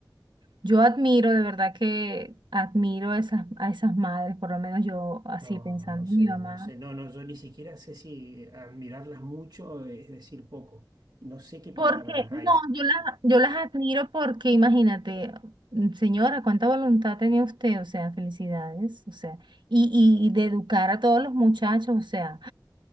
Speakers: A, on the right (about 80°); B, on the right (about 60°).
A: yo admiro, de verdad que admiro a esas, a esas madres, por lo menos yo así
B: No,
A: pensando,
B: no sé,
A: en mi mamá.
B: no sé. No, no, yo ni siquiera sé si admirarlas mucho es decir poco. No sé qué palabras
A: Porque,
B: hay.
A: no, yo las, yo las admiro porque, imagínate, mm, señora, cuánta voluntad tenía usted, o sea, felicidades, o sea, y, y, y de educar a todos los muchachos, o sea,